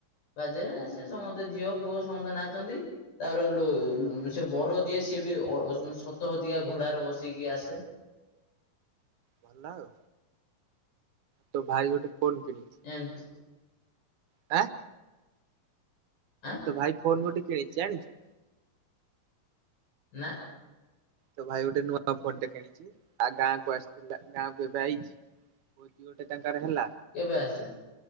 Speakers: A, on the left; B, on the right.
A: ବାଜେ ସେ ସମସ୍ତେ ଝିଅ ପୁଅ ସମସ୍ତେ ନାଚନ୍ତି। ତାପର ଲୋ-ସେ
B: ହଁ
A: ବର ଯିଏ ସିଏ ବି ଅ, ଉଁ, ସତ ସତିକା ଘୋଡାର ବସିକି ଆସେ।
B: ଭଲ ଆଉ। ତୋ ଭାଇ ଗୋଟେ ଫୋନ୍ କିଣିଛି।
A: ଜାଣିଛି।
B: ଆ
A: ଆଁ
B: ତ ଭାଇ ଫୋନ୍ ଗୋଟେ କିଣିଚି ଜାଣିଛୁ?
A: ନା।
B: ତ ଭାଇ ଗୋଟେ ନୂଆ ଫୋନ୍ ଟେ କିଣିଛି। ଆ, ଗାଁକୁ ଆସିଥିଲା ଗାଁ କୁ ଏବେ ଆଇଛି। ମୋଦି ଗୋଟେ ତାଙ୍କର ହେଲା।
A: କେବେ ଆସିଲା?